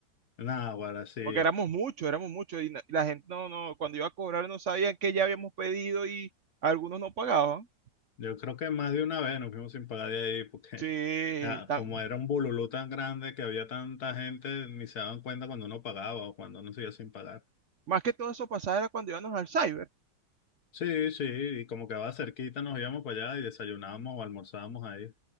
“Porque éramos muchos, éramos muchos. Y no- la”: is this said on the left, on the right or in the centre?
Right